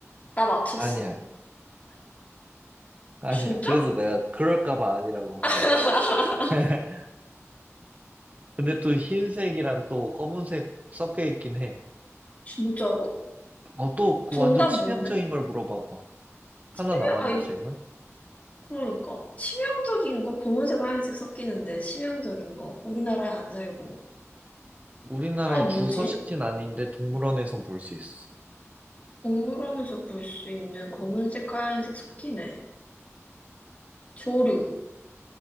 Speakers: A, on the left; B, on the right.
A: 나 맞췄어.
B: 아니야. 아니야.
A: 진짜?
B: 그래서 내가 그럴까 봐 아니라고
A: <laughs>
B: 한 거야. <laughs> 근데 또 흰색이랑 또 검은색 섞여 있긴 해.
A: 진짜로?
B: 어, 또그
A: 정답
B: 완전 치명적인
A: 뭔데?
B: 걸 물어봐봐. 하나
A: 치명,
B: 남았는데
A: 아,
B: 질문?
A: 그러니까 치명적인 거 검은색 하얀색 섞이는데 치명적인 거 우리나라에 안 살고
B: 우리나라의
A: 아 뭐지?
B: 주 서식지는 아닌데 동물원에선 볼 수 있어.
A: 동물원에서 볼 수 있는 검은색 하얀색 섞이네 조류